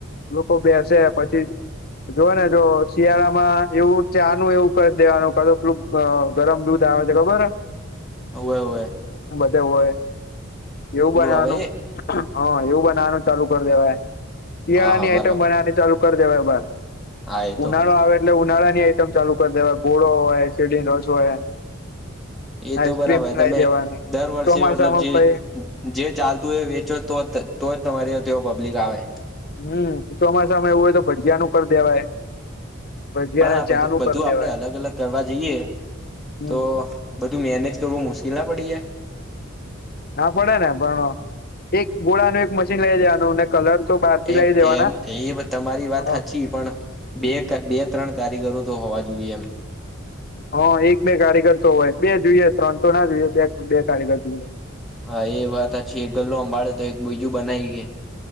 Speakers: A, on the left (about 50°); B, in the centre.
A: લોકો બેસે પછી જો ને જો શિયાળા માં એવું ચાનું એવું કર દેવાનું કા પેલું ગરમ દૂધ આવે તે ખબર હ.
B: હઉ એ હુએ.
A: તે હોય એવું બનવાનું.
B: આવે એ
A: હા એવું બનાવાનું ચાલુ કરી દેવાય શિયાળા
B: હા હા
A: ની આઈટમ
B: બરાબર
A: બનાવવાની ચાલુ કરી દેવાય બાર.
B: હા એ તો
A: ઉનાળો
B: હે
A: આવે એટલે ઉનાળા ની આઈટમ ચાલુ કરી દેવાય ગોળો હોય શેરડી નો રસ હોય.
B: એ
A: આઈસ્ક્રીમ
B: તો બરાબર
A: લાઈ
B: તમે
A: દેવાની
B: દર વર્ષે
A: ચોમાસામાં
B: મતલબ જે
A: પહી
B: જે ચાલતું હો એ વેચો તો તો જ તમારયો તો પબ્લિક આવે.
A: હમ્મ ચોમાસામાં એવું હોય તો ભજીયાનું ઉપર દેવાય. ભજીયાને
B: પણ આ બધું
A: ચાનું
B: બધું
A: કરી
B: આપડે
A: દેવાય
B: અલગ અલગ કરવા જઈએ
A: હમ
B: તો બધું મેનેજ કરવું મુશ્કેલ ના પડી જાય.
A: હા પડે ને પણ એક ગોળા ન એક મશીન લાઇ દેવાનું ને કલર તો બહારથી
B: એ
A: લઈ દેવાના
B: એમ એ તમારી વાત
A: હ
B: હાચી પણ બે
A: હમ
B: ત બે ત્રણ કારીગરો તો હોવા જોઈએ એમ
A: હા એક બે કારીગર તો હોય બે જોઈએ ત્રણ તો ના જોઈએ બે બે કારીગર જોઈએ.
B: હા એ વાત હાચી એ ગલ્લો હંભાળે તો એક બીજું બનાઈ એ